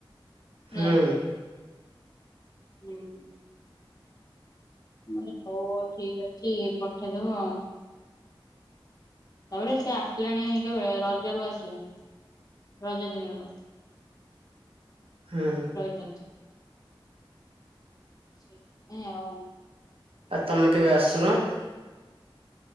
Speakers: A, on the right (about 80°); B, on the left (about 40°).
A: ହୁଁ
B: ହେଲା ହୁଁ। ମୁଁ କହିଲି ହୋଉ ଠିକ୍ ଅଛି ପଠେଇଦବୁ ଆ। ତାପରେ ସେ ଆସିଲେଣି କେବେ ରଜରୁ ଆସିଲେଣି ରଜ ଦିନରୁ
A: ହୁଁ।
B: ରହିଚନ୍ତି ସେଇଥିପାଇଁ ଆଉ
A: ଆ ତମେ କେବେ ଆସୁନ।